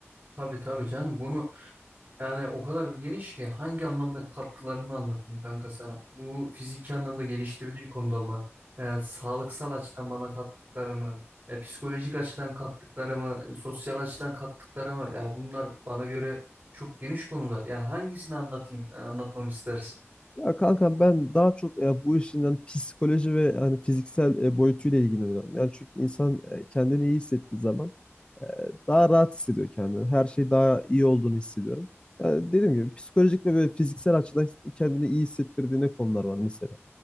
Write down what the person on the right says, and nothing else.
Tabii tabii canım bunu yani o kadar bir geniş ki hangi anlamda katkılarını anlatayım kanka sana. Bu fiziki anlamda geliştirdiği konuda mı? e, sağlıksal açıdan bana kattıkları e, psikolojik açıdan kattıkları e, sosyal açıdan kattıkları Ya bunlar bana göre çok geniş konular. Yani hangisini anlatayım, e, anlatmamı istersin?